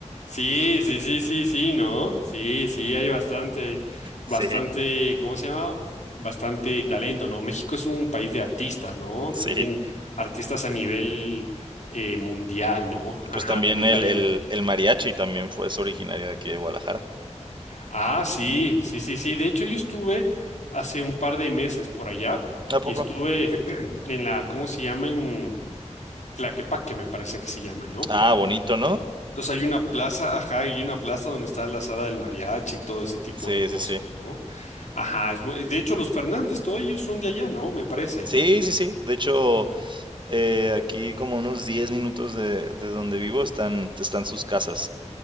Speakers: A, on the left; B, on the right.
A: Sí, sí, sí, sí, sí, ¿no? Sí, sí, hay bastante, bastante,
B: Sí,
A: ¿cómo se llama? Bastante talento, ¿no? México es un país de artistas, ¿no?
B: sí.
A: Tienen artistas a nivel eh, mundial, ¿no? Ajá,
B: Pues también
A: de, detalle.
B: el, el, el mariachi también fue, es originario de aquí de Guadalajara.
A: Ah, sí, sí, sí, sí. De hecho, yo estuve hace un par de meses por allá
B: ¿A
A: y
B: poco?
A: estuve <clears throat> en la, ¿cómo se llama? En Tlaquepaque, me parece que se llama, ¿no?
B: Ah, bonito, ¿no?
A: Entonces hay una plaza, ajá, hay una plaza donde está la sala del mariachi y todo ese tipo
B: Sí,
A: de cosas,
B: sí, sí.
A: ¿no? Ajá, es muy- de hecho los Fernández, todos ellos son de allá, ¿no? Me parece.
B: Sí, sí, sí. De hecho, Eh, aquí como unos 10 minutos de, de donde vivo están, están sus casas.